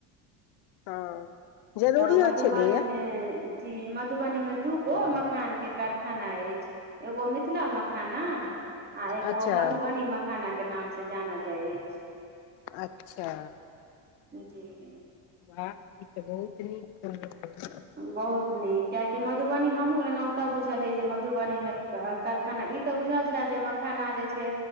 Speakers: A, on the left (about 75°); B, on the right (about 25°).
A: हँ। जरूरियो
B: तऽ मधुबनी
A: छलैया
B: मे जी मधुबनी मे दूगो मखान के कारखाना अछि। ए गमि छल मखाना। आ एगो
A: अच्छा
B: मधुबनी मखाना के नाम से जानल जाय अछि।
A: अच्छा।
B: जी।
A: वाह ई तऽ बहुत नीक सुनल।
B: बहुत नीक कियकि मधुबनी हमहूँ एनाहुतऽ बुझलियै जे मधुबनीम। कारखाना ई तऽ बुझल छलए जे मखाना जे छै